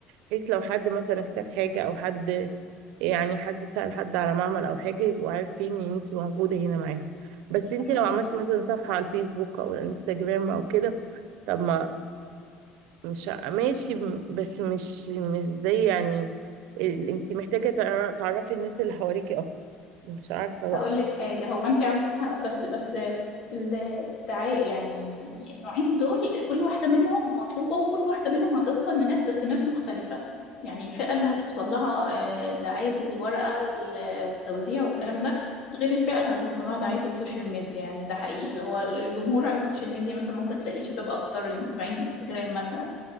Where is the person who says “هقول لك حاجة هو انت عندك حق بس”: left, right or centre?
Left